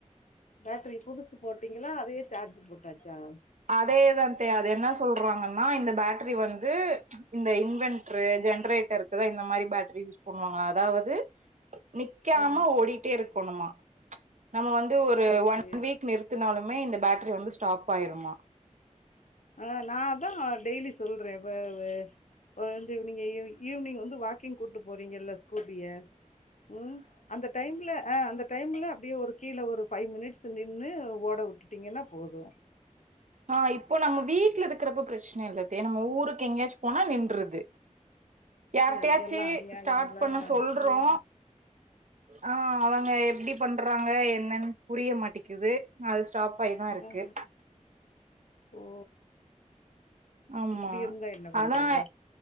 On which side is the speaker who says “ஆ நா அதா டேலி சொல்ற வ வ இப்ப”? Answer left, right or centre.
Left